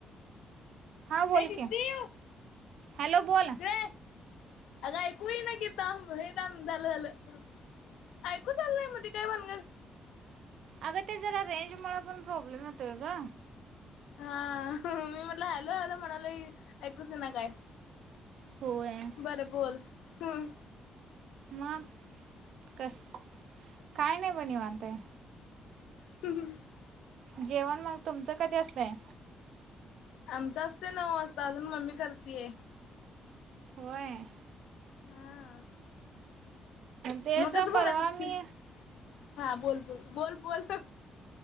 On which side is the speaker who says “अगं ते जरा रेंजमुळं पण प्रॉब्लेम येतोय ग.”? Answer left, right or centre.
Right